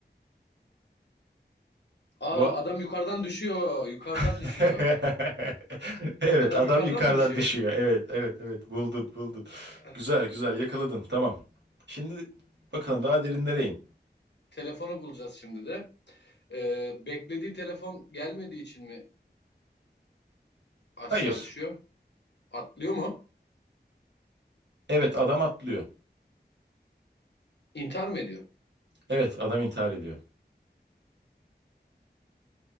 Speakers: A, on the left; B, on the right.
A: Aa
B: Bu
A: adam yukarıdan düşüyor. Yukarıdan
B: <laughs>
A: düşüyor.
B: Evet
A: Adam
B: adam
A: yukarıdan
B: yukarıdan
A: mı düşüyor?
B: düşüyor. Evet evet evet buldun buldun.
A: <sighs>
B: Güzel güzel yakaladın tamam. Şimdi bakalım daha derinlere in.
A: Telefonu bulacağız şimdi de. Ee, beklediği telefon gelmediği için mi aşağı
B: Hayır.
A: düşüyor? Atlıyor mu?
B: Evet adam atlıyor.
A: İntihar mı ediyor?
B: Evet adam intihar ediyor.